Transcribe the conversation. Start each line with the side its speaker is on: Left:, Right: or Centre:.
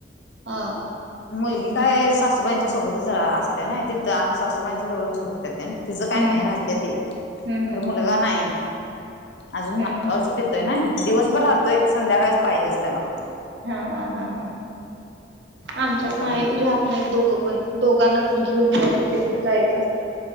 Right: हा.
Left: मुलगी काय सासूबाईंच्या सोबतच असते ना तिथं सासूबाईंच्या सोबत झुकत ते. तिचं काय
Right: हम्म
Left: नाही राहते
Right: हम्म.
Left: ते
Right: हम्म
Left: खरं
Right: हम्म
Left: मुलगा
Right: हम्म
Left: नाही. अजून
Right: हम्म
Left: मागावरच
Right: हम्म
Left: पितोय ना दिवसभर राहतोय संध्याकाळच पाहिजेच त्याला.
Right: हा हा हा हा आमच्यात
Left: असं
Right: नाही
Left: मग
Right: रहत नाही दोघं. पण दोघांना पण घेऊन जायला लागते कुठ जायचं अस.